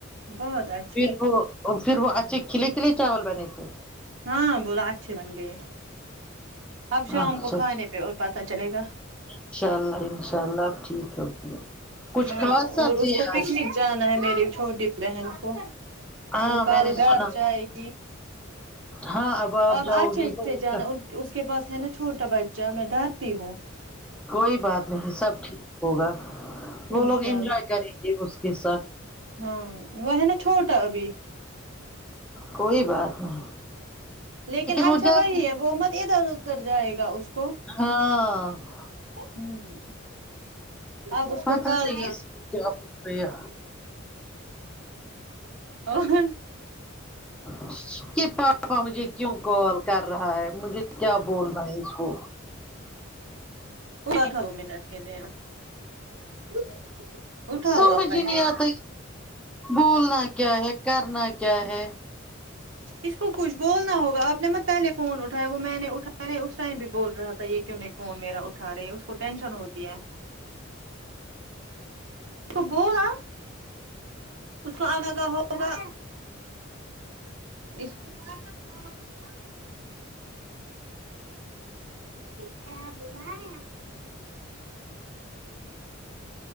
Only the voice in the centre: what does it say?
پھر وہ اور پھر وہ اچھے کھلے کھلے چاول بنے تھے
اچھا
انشاء اللہ انشاء اللہ ٹھیک ہے کچھ
خاص سبزی
ہے
آج
ہاں
میں نے
سنا
ہاں آپ
جاؤ
گی تو
وہ-
کوئی بات نہیں سب ٹھیک ہوگا وہ
لوگ انجوائے
کریں گے اس کے ساتھ
کوئی بات نہیں
وہ جلدی
ہاں
پتہ
نہیں اس کو کیا ہو گیا
اسکے پاپا مجھے کیوں کال کر رہا ہے مجھے کیا بولنا ہے اس کو
سمج
ہی نہیں آتا ہے بولنا ہے کیا ہے کرنا کیا ہے